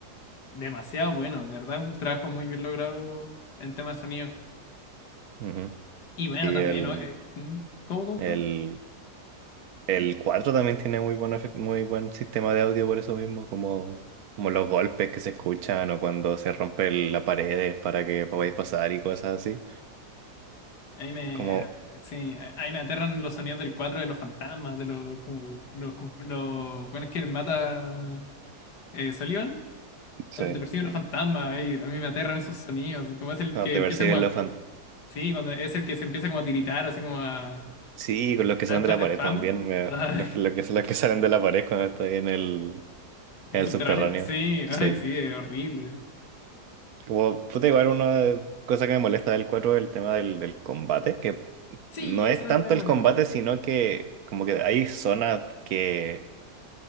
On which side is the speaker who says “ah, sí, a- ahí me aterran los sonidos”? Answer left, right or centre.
Left